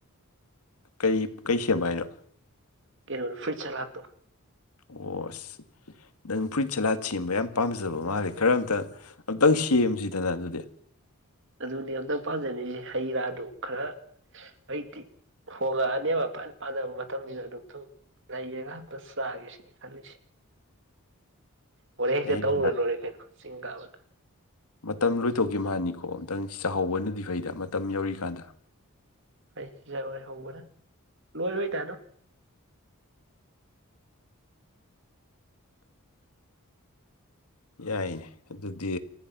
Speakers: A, on the left; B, on the right.
A: ꯀꯔꯤ ꯀꯩ ꯁꯦꯝꯕ ꯍꯥꯏꯅꯣ
B: ꯀꯩꯅꯣ ꯐ꯭ꯔꯨꯏꯠ ꯁꯂꯥꯗꯇꫭ
A: ꯑꯣ ꯑꯁ ꯅꯪ ꯐꯨꯔꯤꯠ ꯁꯂꯥꯗꯠ ꯁꯦꯝꯕ ꯌꯥꯝ ꯄꯥꯝꯖꯕ ꯃꯥꯜꯂꯦ ꯈꯔ ꯑꯝꯇ ꯑꯝꯇꯪ ꯁꯦꯝꯁꯤꯗꯅ ꯑꯗꯨꯗꯤ
B: ꯑꯗꯨꯅꯦ ꯑꯝꯇꯪ ꯄꯥꯖꯔꯤꯖꯩ ꯍꯩ ꯔꯥꯗꯨ ꯈꯔ ꯍꯧꯖꯤꯛꯇꯤ ꯍꯣꯡꯉꯛꯑꯅꯦꯕ ꯐꯅ ꯄꯥꯅꯕ ꯃꯇꯝꯅꯤꯅ ꯑꯗꯨꯝ ꯊꯨꯡ ꯂꯩꯔꯒ ꯆꯥꯒꯦꯁꯤꯅꯤ ꯈꯜꯂꯤꯁꯤ ꯍꯣꯔꯦꯟ
A: ꯍꯌꯦꯡ
B: ꯍꯦ ꯇꯧꯔꯨꯔ ꯂꯣꯏꯔꯦ ꯀꯩꯅꯣ ꯆꯤꯡ ꯀꯥꯕꯗ
A: ꯃꯇꯝ ꯂꯣꯏꯊꯣꯛꯈꯤ ꯃꯥꯅꯤꯀꯣ ꯑꯝꯇꯪ ꯆꯥꯍꯧꯕꯅꯗꯤ ꯐꯩꯗ ꯃꯇꯝ ꯌꯧꯔꯤꯀꯥꯟꯗ
B: <unintelligible>
A: ꯌꯥꯏꯅꯦ ꯑꯗꯨꯗꯤ